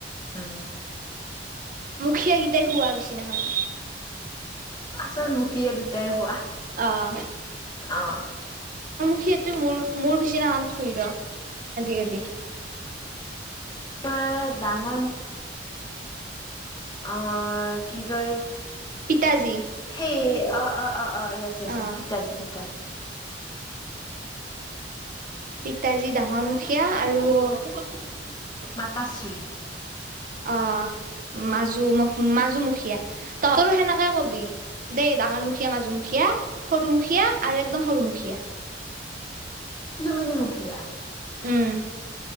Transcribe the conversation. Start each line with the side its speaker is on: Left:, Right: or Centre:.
Left: উম।
Right: মুখীয়া হোৱা বিচনা। বিচনাখনত।
Left: আচলমুখীয়া দুটাই হোৱা
Right: আহ
Left: অহ ',
Right: সেইটো মোৰ মোৰ বিচিনাখন শুই ৰ আজিকালি।
Left: তোমাৰ ডাঙৰ অহ ', কি তই
Right: পিতাজী
Left: সেই অহ ',- অহ ', অহ ',- অহ ', য়েছ -য়েছ
Right: অ
Left: পিতাজি - পিতাজি।
Right: পিতাজী ডাঙৰ মুখীয়া আৰু
Left: মাতাশ্ৰী।
Right: অহ ', মাজু মাজুমুখীয়া তহতৰ সেনেকাই কৰিবি দেই ডাঙৰ মুখীয়া, মাজুমুখীয়া, সৰুমখীয়া আৰু একদম সৰুমুখীয়া।
Left: তিক্লো মিনি মুখিয়া।
Right: উম,